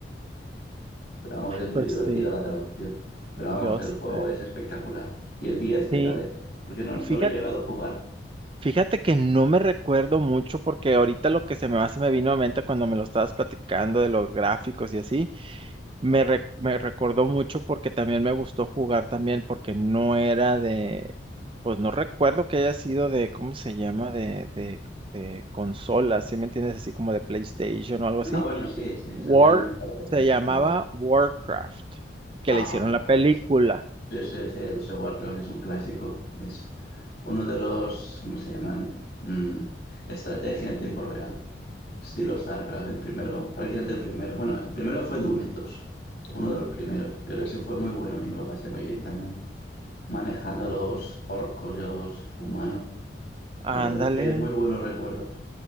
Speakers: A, on the left; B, on the right.
A: Pero vamos, es muy
B: Pues
A: divertida
B: sí,
A: la traducción. Pero vamos,
B: yo
A: el
B: sé.
A: juego es espectacular. ¿Y el 10, qué
B: Sí,
A: tal es? Porque no, no
B: fíjate,
A: lo he llegado a jugar.
B: Fíjate que no me recuerdo mucho porque ahorita lo que se me va, se me vino a mente cuando me lo estabas platicando de los gráficos y así, me, re- me recordó mucho porque también me gustó jugar también porque no era de, pues no recuerdo que haya sido de, ¿cómo se llama? De, de, de consola, ¿sí me entiendes? Así como de PlayStation o algo
A: Ah,
B: así.
A: bueno, sí, sí,
B: War,
A: salió también para PC.
B: se llamaba
A: es verdad.
B: Warcraft, que
A: Ah,
B: le hicieron la
A: ahora
B: película.
A: es, sí, sí, sí, el software creo es un clásico. Es uno de los, ¿cómo se llaman? Mm, estrategia en tiempo real. Estilo StarCraft, el primero, prácticamente el primero. Bueno, el primero fue Dune dos, uno de los primeros. Pero ese fue muy bueno y me lo pasé muy bien también, manejando a los orcos y a los humanos.
B: Ándale.
A: La verdad es que muy buenos recuerdos.